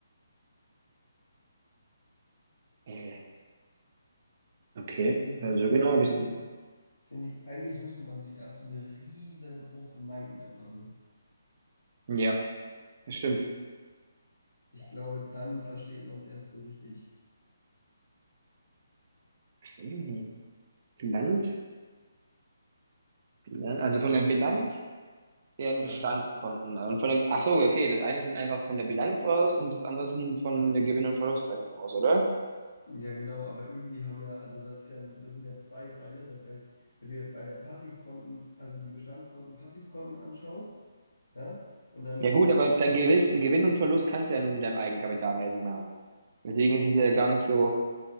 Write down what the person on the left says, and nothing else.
Das finde
ich sehr,
das finde ich, eigentlich müsste man sich dazu eine riesengroße Mindmap machen.
Ich glaube, dann versteht man es erst so richtig.
Ja,
ja, genau, aber irgendwie haben ja, also das ist ja, das sind ja zwei Pfeile. Das heißt, wenn du jetzt bei der Passivkonten, also die Bestandskonten, Passivkonten anschaust, ja, und dann
ans